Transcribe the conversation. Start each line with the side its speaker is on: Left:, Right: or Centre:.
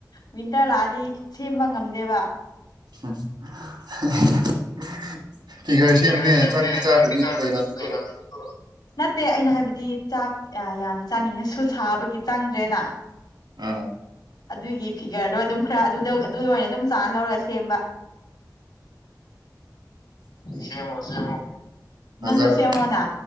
Left: ꯋꯤꯟꯇꯔ ꯂꯥꯛꯑꯗꯤ ꯁꯦꯝꯕ ꯉꯝꯗꯦꯕ
Right: ꯎꯝ <unintelligible> ꯁꯦꯝꯕꯅꯦꯅ
Left: ꯐꯤꯒꯔ ꯁꯦꯝꯕꯅꯤꯅ
Right: ꯆꯥꯗꯕꯤꯗ
Left: ꯆꯥꯛꯇꯤ ꯆꯥꯗꯕꯤ
Right: ꯂꯩꯔꯝꯅꯤꯀꯣ
Left: ꯂꯩ <unintelligible> ꯅꯠꯇꯦ ꯑꯩꯅ ꯍꯥꯏꯕꯗꯤ ꯆꯥꯛ ꯌꯥ ꯌꯥꯝ ꯆꯥꯅꯤꯡꯉꯁꯨ ꯁꯥꯕꯒꯤ ꯆꯪꯗ꯭ꯔꯦꯅꯥ
Right: ꯑꯥ
Left: ꯑꯗꯨꯒꯤ ꯐꯤꯒꯔꯗꯣ ꯑꯗꯨꯝ ꯈꯔ ꯑꯗꯨꯗ ꯑꯗꯨꯗ ꯑꯣꯏꯅ ꯑꯗꯨꯝ ꯆꯥꯟꯁ ꯂꯧꯔꯒ ꯁꯦꯝꯕ ꯁꯦꯝꯃꯣ ꯁꯦꯝꯃꯣ
Right: ꯐꯖꯔꯛ
Left: ꯅꯪꯖꯨ ꯁꯦꯝꯃꯣꯅꯥ